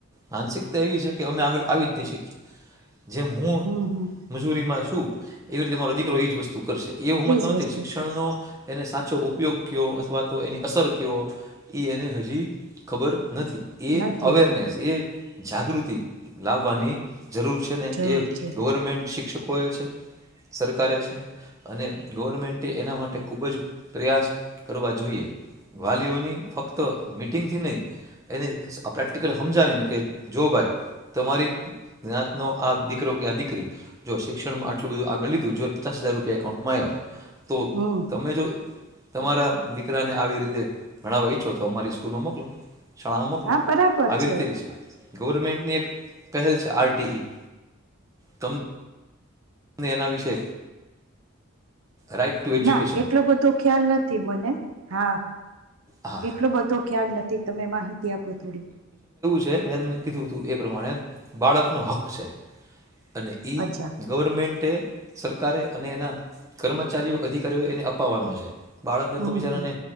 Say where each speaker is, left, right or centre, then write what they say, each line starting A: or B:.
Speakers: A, on the right; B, on the right.
A: માનસિક ત એવી છે કે અમે આગળ આવી જ નહી શીકીએ જેમ હું
B: હમ હમ
A: મજૂરીમાં છું. ટુ એવી રીતે તમારો એજ વસ તું કરશે એવું હઉમજતો
B: એજ
A: નથી
B: વસ્તુ
A: શિક્ષણ
B: પર
A: નો એને સાચો ઉપયોગ કેઓ અથવા તો એની અસર કહો એ એને હજી ખબર નથી. એ
B: નથી
A: અવેરનેસ એ જાગૃતિ લાવવાની જરૂર છે ને
B: જરૂર
A: એ
B: છે
A: ગવર્મેન્ટ શિક્ષકોએ છે, સરકારે છે અને ગવર્મેન્ટે એના માટે ખૂબ જ પ્રયાસ કરવા જોઈએ વાલીઓની ફક્ત મીટિંગથી નહીં એને પ્રેક્ટિકલ હમજાવીને કે જો ભાઈ તમારી જ્ઞત ન આ દીકરો કે આ દીકરી જો શિક્ષણમાં આટલું બધું આગળ લીધું જોને પચાસ હજાર રૂપિયા એકાઉન્ટમાં આવ્યા તો
B: હમ
A: તમે જો તમારા દીકરાને આવી રીતે ભણાવવા ઈચ્છો મારી સ્કૂલમાં મોકલો. શાળામાં મોકલો
B: હા બરાબર
A: આવી
B: છે
A: રીતે જ ગવર્મેન્ટની એક પહેલ છે આર ટી ઈ તમ એના વિશે રાઈટ ટુ એજ્યુકેશન
B: ના એટલો બધો ખ્યાલ નથી મને હા
A: હા
B: એટલો બધો ખ્યાલ નથી. તમે માહિતી આપો થોડી.
A: કે મે તમને કીધું હતું એ પ્રમાણે બાળકનો હક છે. અને ઈ
B: અચ્છા
A: ગવર્મેન્ટ માટે સરકારે અને એના કર્મચારીઓ અધિકારીઓ એને અપાવવાનો છે. બાળકને
B: હમ
A: તું બિચારાને.
B: હમ